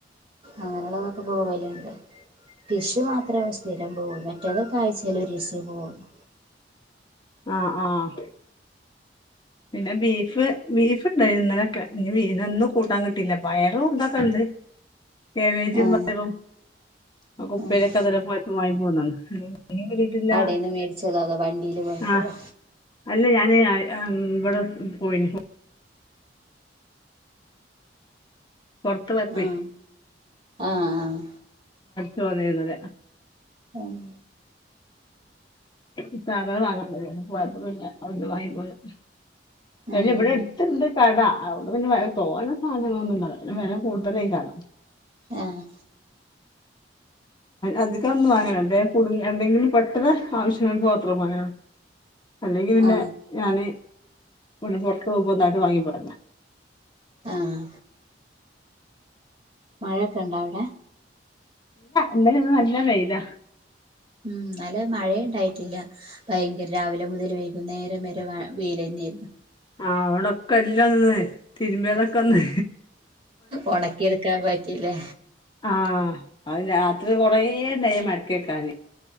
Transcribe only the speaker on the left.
ആഹ് ആഹ് പിന്നെ ബീഫ് ബീഫ് ഇണ്ടാര്ന്ന്ല ക നിങ്ങ ന്ന് ഇന്ന് കൂട്ടാൻ കിട്ടീല്ല. പയറും ഉണ്ടാക്കാന്ണ്ട് കേബേജും
പയറും അ കുപ്പയിലൊക്ക
അത് <unintelligible> മായ് പോവ്ന്നുണ്ട്. ഇങ് ഇങ്ക് കിട്ടില്ല
ആഹ് അല്ല ഞാന് ആ ഇഹ് അ അങ് ഇവ്ട മ് പോയേനീ പുറത്ത് പോയപ്പോയി
തോന്നിയിരുന്നത് അ
ഇ സാധ <unintelligible> പോയപ്പം പിന്നെ അവിട്ന്ന് വാങ്ങിട്ട് വന്നു
ല്ല ഇവിടെ അട്ത്ത്ണ്ട് കട അവിട പിന്നെ വേറെ തോനെ സാധനങ്ങളൊന്നും കാണില്ല പിന്ന വെല കൂടുതലായി കാണോ
അധിക ഒന്നും വാങ്ങര്‌ തേ. കുടിങ്ങ് എന്തെങ് പെട്ടെന്ന് ആവശ്യങ്ങൾക്ക് മാത്രം വാങ്ങാനാണ് അല്ലെങ്കി പിന്നെ
ഞാന്- ഒന്ന് പൊറത്ത്‌ പോകുമ്പോ ഒന്ന് അ അത് വാങ്ങി പോകണ്ടാ
ഇന്നലെ ഇന്ന് നല്ല വെയില ഇല്ല
ആഹ് അവ്ടൊക്കെല്ലാം ഒന്ന്ന്നായ് തിരുമ്പിയതൊക്കൊന്ന്
ആഹ് അത് രാത്രി കൊറേ നേ മടക്കി വെക്കാന്